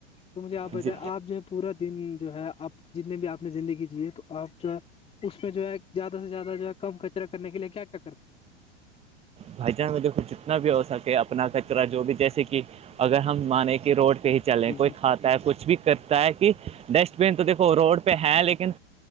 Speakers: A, on the left; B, on the right.
A: تو مجھے آپ
B: جی
A: بتیں آپ جو ہے پورا دن جو ہے آپ جتنے بھی آپ نے زندگی جیے تو آپ جو ہے اس میں جو ہے زیادہ سے زیادہ جو ہے کم کچرا کرنے کے لیے کیا کیا کرتے ہیں
B: بھجن میں دیکھو جتنا بھی ہو سکے اپنا کچرا جو بھی جیسے کہ اگر ہم مانے کہ روڈ پہ ہی چلیں
A: جی
B: کوئی
A: جی
B: کھات کچھ بھی کرتا ہے کہ ڈسٹ بین تو دیکھو روڈ پہ ہے لیکن